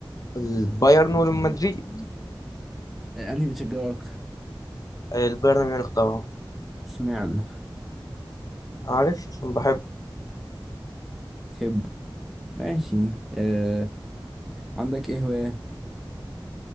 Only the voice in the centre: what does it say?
إيه، أنهي بتشجعه أكتر؟
اشمعنى
تحب ماشي آه. عندك ايه هواية